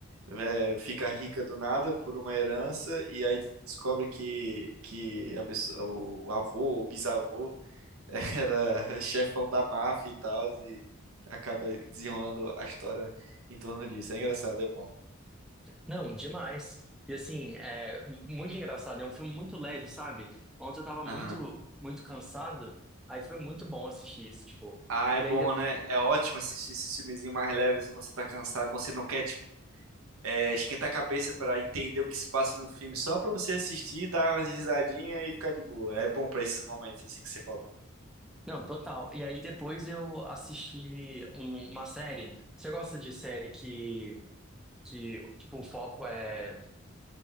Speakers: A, on the right; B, in the centre.
A: é, fica rica do nada por uma herança e aí descobre que que a pessoa, o o avô, o bisavô <laughs> era chefão da máfia e tal e acaba desenrolando a história em torno disso. É engraçado, é bom.
B: Não, demais. E assim, é muito engraçado. É um filme muito leve, sabe? Ontem eu tava muito,
A: Aham.
B: muito cansado. Aí foi muito bom assistir isso, tipo.
A: Ah, é
B: E
A: bom,
B: aí
A: né? É ótimo assistir esses filmezinhos mais leves assim, quando você tá cansado, quando você não quer, tipo, é, esquentar a cabeça pra entender o que se passa no filme, só pra você assistir, dar umas risadinhas e ficar de boa. É bom pra esses momentos assim que você falou.
B: Não, total. E aí depois eu assisti um- uma série. Você gosta de série que, que tipo, o foco é